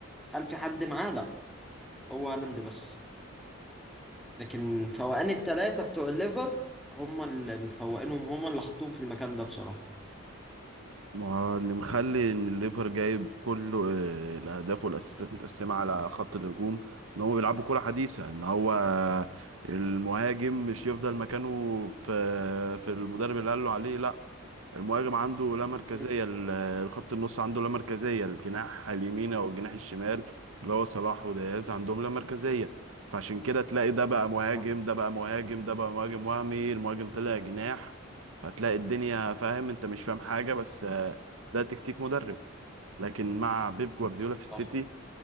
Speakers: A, in the centre; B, on the right.
A: هل في حد معاه؟ لا هو هالاند بس لكن فوقان التلاتة بتوع الليفر هم اللي مفوقينهم هم اللي حطوهم في المكان ده بصراحة
B: ما هو اللي مخلي ان الليفر جايب كل آه، الاهداف والاسيستات متقسمه على خط الهجوم ان هم بيلعبوا كره حديثه ان هو المهاجم مش يفضل مكانه في في المدرب اللي قال له عليه لا المهاجم عنده لا مركزية
A: مم.
B: ال- الخط النص عنده لا مركزية الجناح اليمين أو الجناح الشمال اللي هو صلاح ودياز عندهم لا مركزية فعشان كده تلاقي ده بقى مهاجم
A: صح
B: ده بقى مهاجم ده بقى مهاجم وهمي المهاجم طلع جناح فتلاقي الدنيا فاهم انت مش فاهم حاجة بس آه، ده تكتيك مدرب لكن مع بيب جوارديولا في السيتي
A: صح